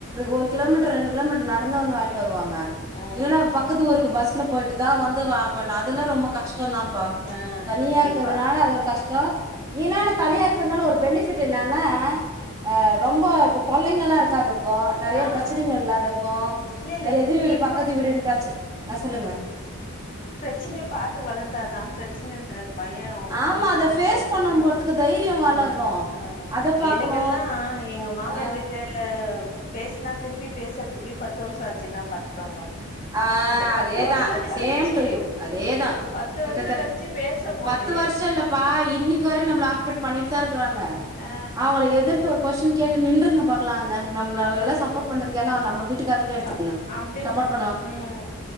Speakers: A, on the right (about 15°); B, on the left (about 35°).
A: ஒரு கிலோமீட்டர் ரெண்டு கிலோமீட்டர் நடந்து வந்து வாங்கிட்டு வரனோ வருவாங்க
B: ம்
A: இல்லன்னா பக்கத்து ஒருருக்கு பஸ் போயிட்டு தா வந் ப அதுலா ரொம்ப கஷ்டோ தான்பா
B: ஆ
A: தனியா இருக்கிறதுனால
B: இப்ப ஆ
A: அது ஒரு கஷ்டோ ஏனா நா தனியா இருக்கிறதுனால ஒரு பெனிஃபிட் என்னன்னா ஆ ரொம்போ தொல்லைங்கலா இருக்கும் க்காது க்கு நெறைய
B: அது
A: பிரச்சனைங்க இல்லாதக்கு
B: இல்ல இல்ல
A: அ எதிர்வீடு
B: இப்ப
A: பக்கத்து வீடுன் பிரச் அ சொல்லுங்க
B: பிரச்சனைய பாத்து வளந்தாதா பிரச்சனன்ற பய அவ வந்து
A: ஆமா
B: <unintelligible>
A: அத ஃபேஸ் பண்ணும் போறதுக்கு தைரியோ வளரு
B: ஆ அ
A: அத பாக்கணு
B: எனக்கெல்லா எங்க மாமியார்கிட்ட
A: ஆ
B: பேஸ்னா திருப்பி பேசறதுக்கே பத்து வர்ஷாச்சுன்னா பாத்துக்கோங்க
A: ஆ
B: அந்த பத்து
A: அதேதா
B: வருஷோ கழிச்சு
A: சேம் டூ யூ அதேதா
B: பத்து
A: கிட்டத்தட்
B: வருஷோ கழிச்சு பேசும் போது
A: பத்து வர்ஷல்லப்பா இன்னிக்கு வர நம்மல ஆக்குபைடு பண்ணிட்டுதாருக்கறாங்க
B: ஆ
A: அவங்கள எதிர்த்து ஒரு கொஸ்டின் கே ச்சி நின்றுங்க பா க்லாங்க நம்ப்ள
B: ம்
A: எல்லா சப்போட் பண்றதுக் <unintelligible> நம்ப வீட்டு காரங்ளே எடுத்துக்ங்க
B: அப் அப்டியே
A: சப்போட்
B: ம் ம்